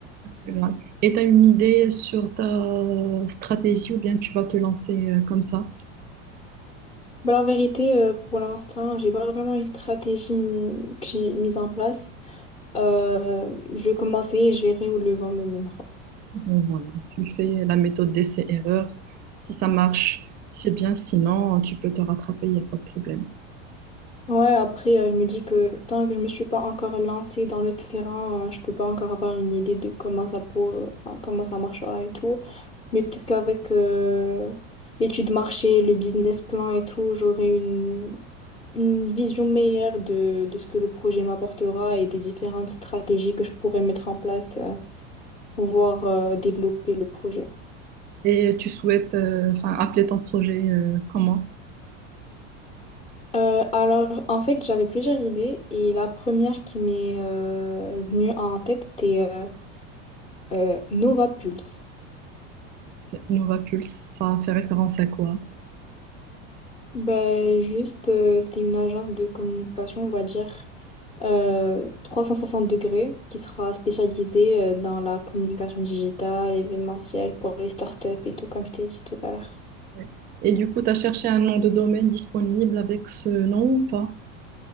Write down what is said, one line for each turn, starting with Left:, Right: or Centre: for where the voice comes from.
Right: Instagram. Et tu as une idée sur ta stratégie ou bien tu vas te lancer euh, comme ça?
Left: Bah, la vérité, euh, pour l'instant, j'ai pas vraiment une stratégie mm, que j'ai mise en place. Euh, je vais commencer et je verrai où le vent me mènera.
Right: Bon, voilà. Tu fais la méthode d'essai-erreur. Si ça marche, c'est bien. Sinon, tu peux te rattraper, il n'y a pas de problème.
Left: Ouais, après, euh, je me dis que tant que je me suis pas encore lancée dans le terrain, euh, je peux pas encore avoir une idée de comment ça pour, euh, comment ça marchera et tout. Mais peut-être qu'avec euh, l'étude marché, le business plan et tout, j'aurai une, une vision meilleure de, de ce que le projet m'apportera et des différentes stratégies que je pourrais mettre en place. euh, pouvoir euh, développer le projet.
Right: Et tu souhaites euh, enfin, appeler ton projet euh, comment?
Left: Euh, alors, en fait, j'avais plusieurs idées et la première qui m'est euh, venue en tête, c'était euh, euh, Nova Pulse.
Right: C'est Innova Pulse, ça fait référence à quoi?
Left: Ben, juste, euh, c'était une agence de communication, on va dire, euh, 360 degrés, qui sera spécialisée euh, dans la communication digitale, événementielle, pour les startups et tout, comme je t'ai dit tout à l'heure.
Right: Ouais. Et du coup, tu as cherché un nom de domaine disponible avec ce nom ou pas?